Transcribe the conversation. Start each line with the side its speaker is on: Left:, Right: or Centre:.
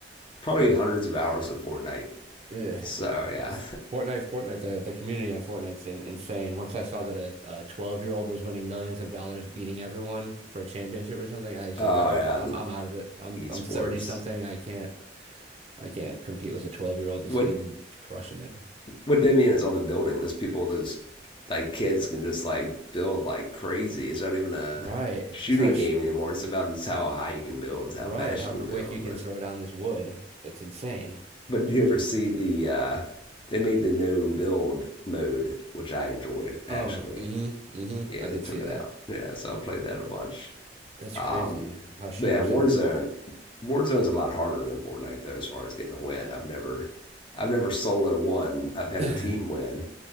Left: probably hundreds of hours of Fortnite.
Right: yeah.
Left: So yeah,
Right: Fortnite, Fortnite, the the community on Fortnite's in, insane. Once I saw that a a 12 year old was winning millions of dollars, beating everyone for a championship or something,
Left: <laughs>
Right: I was
Left: oh
Right: like, all right,
Left: yeah,
Right: I'm
Left: the
Right: I'm out of it. I'm
Left: esports.
Right: I'm 30 something. I can't I can't compete with a 12 year old that's
Left: What
Right: getting crushing it.
Left: what they mean is all the building. Those people, those like kids can just like build like crazy. It's not even a
Right: Right.
Left: shooting
Right: It's not a sh
Left: game anymore. It's about just how high you can build, how
Right: Right,
Left: fast
Right: how
Left: you can
Right: quick
Left: build.
Right: you can
Left: But
Right: throw down this wood. It's insane.
Left: but do you ever see the uh, they made the no build mode, which I enjoyed actually.
Right: Oh, mm-hmm, mm-hmm.
Left: Yeah,
Right: I did
Left: they took
Right: see that.
Left: it out. Yeah, so I played that a bunch.
Right: That's
Left: Um,
Right: crazy how shooters
Left: but yeah, Warzone.
Right: have evolved.
Left: Warzone's a lot harder than Fortnite though, as far as getting a win. I've never, I've never solo won. I've had
Right: <laughs>
Left: a team win